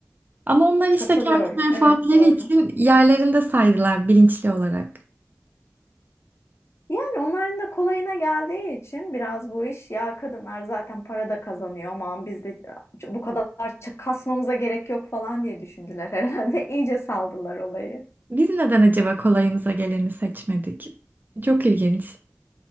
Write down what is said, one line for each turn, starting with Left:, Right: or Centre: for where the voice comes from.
Right: Ama onlar işte
Left: Katılıyorum.
Right: kendi menfaatleri
Left: Evet doğru.
Right: için yerlerinde saydılar bilinçli olarak.
Left: Yani onların da kolayına geldiği için biraz bu iş ya kadınlar zaten para da kazanıyor aman biz de bu kadar kasmamıza gerek yok falan diye düşündüler herhalde. <laughs> İyice saldılar olayı.
Right: Biz neden acaba kolayımıza geleni seçmedik? Çok ilginç.